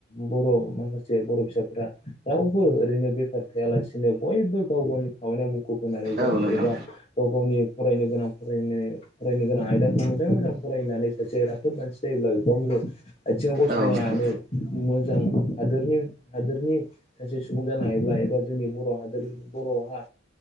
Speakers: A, on the left; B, on the right.
A: बर माखासे बर फिसाफोरा राव। ओरैनो बेखार थायालासिनो बयबो गाव गावनि खामानियाव मुखुब होनानै जों
B: औ नोंथां
A: एबा गाव गावनि। फरायनो गोनां फरायनो गोनां आयदाखौ मोजांङै मोजां फरायनानै सासे राफोद मानसि जायोब्ला बेफ्राव। आथिंङाव गसंनो
B: औ नोंथां
A: हानानै मोजां हादोरनि हादोरनि। सासे सुबुं जानो हायोब्ला एबा जोंनि बर हादोरनि बरहा।